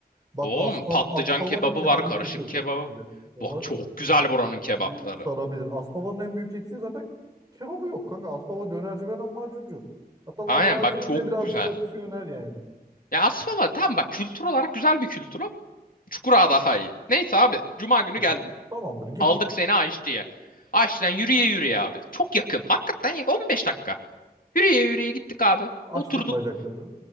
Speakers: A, on the right; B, on the left.
A: bak
B: Oğlum
A: Aspava,
B: patlıcan
A: Aspava'nın
B: kebabı
A: kebabı
B: var karışık
A: kötü
B: kebabı.
A: bir de. Ona
B: Bak çok güzel buranın kebapları.
A: bu sarabilir. Aspava'nın en büyük eksiği zaten kebabı yok kanka. Aspava dönerci ve lahmacuncu. Hatta
B: Aynen
A: lahmacunu
B: bak çok
A: bile birazcık
B: güzel.
A: opsiyonel yani.
B: Ya aslında tamam bak kültür olarak güzel bir kültür ama Çukura daha iyi. Neyse abi. Cuma
A: Gittik.
B: günü geldik.
A: Tamamdır gittik.
B: Aldık seni Aşçı'ya. Aşçı'dan yürüye yürüye abi. Çok yakın. Hakikaten yakın. 15 dakika. Yürüye yürüye gittik abi.
A: Açtık
B: Oturduk.
A: bacakları.